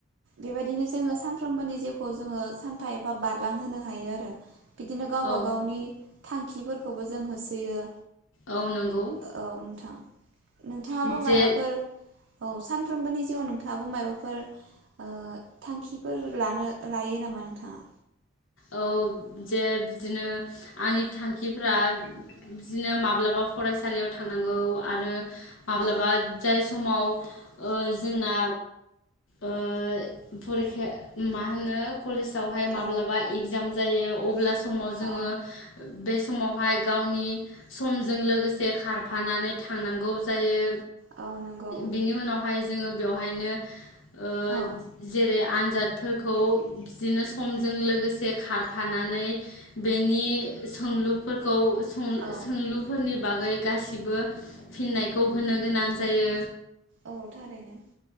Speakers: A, on the right; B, on the left.
A: बेबायदिनो जोङो सानफ्रोमबोनि जिउखौ जोङो सानफा एफा बारलांहोनो हायो आरो। बिदिनो गावबा
B: औ
A: गावनि थांखिफोरखौबो जों होसोयो
B: औ नंगौ।
A: औ नोंथां नोंथाङाबो
B: जे
A: मायबाफोर औ सानफ्रोमबोनि जिउआव नोंथाङाबो मायबा फोर आ थांखिफोर लानो लायो नामा नोंथाङा?
B: औ जे बिदिनो आंनि थांखिफ्रा बिदिनो माब्लाबा फरायसालियाव थांनांगौ आरो माब्लाबा
A: औ
B: जाय समाव ओ जोंना ओ फरिखाया मा होनो। कलेजावहाय
A: औ
B: माब्लाबा इगजाम जायो अब्ला समाव जोङो।
A: औ
B: बे समावहाय गावनि समजों लोगोसे खारफानानै थांनांगौ जायो।
A: औ नंगौ
B: बिनि उनावहाय जोङो बेवहायनो। ओ
A: औ
B: जेरै आ आनजादफोरखौ बिजोंनो समजों लोगोसे खारफानानै बेनि सोंलुफोरखौ सों
A: औ
B: सोंलुफोरनि बाग जाय गासिबो फिननायखौ होनो गोनां जायो।
A: औ थारैनो।